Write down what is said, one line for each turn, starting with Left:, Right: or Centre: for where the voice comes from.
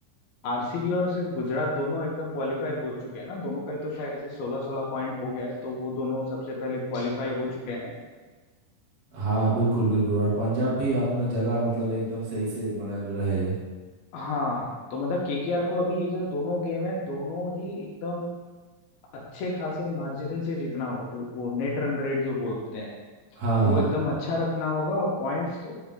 Left: आरसीबी और सिर्फ गुजरात दोनों एकदम क्वालिफाई हो चुके हैं ना दोनों का ही तो शायद से सोलह सोलह पॉइंट हो गया है तो वो दोनों सबसे पहले क्वालिफाई हो चुके हैं
Right: हाँ बिल्कुल बिल्कुल और पंजाब भी अपना जगह मतलब एकदम सही से बना रहे
Left: हाँ तो मतलब केकेआर को अभी ये जो दोनों गेम है दोनों ही एकदम अच्छे खासे मार्जिन से जीतना होगा जो वो नेट रन रेट जो बोलते हैं
Right: हाँ
Left: वो
Right: हाँ
Left: एकदम अच्छा रखना होगा और पॉइंट्स तो